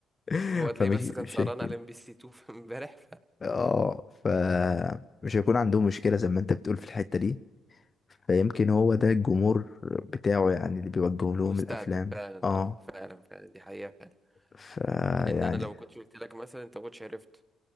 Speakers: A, on the left; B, in the centre.
A: <laughs>
B: هو تلاقيه
A: فمش
B: بس
A: مش
B: كان سهران
A: هيكون
B: على ام بي سي 2 <laughs> في امبارح
A: اه فمش هيكون عندهم مشكلة زي ما انت بتقول في الحتة دي فيمكن هو ده الجمهور بتاعه يعني اللي بيوجه
B: فمستهدف
A: لهم الافلام
B: <laughs> فعلا
A: اه
B: اه فعلا فعلا دي حقيقة فعلا
A: فيعني
B: لان انا لو ما كنتش قلت لك مثلا انت ما كنتش عرفت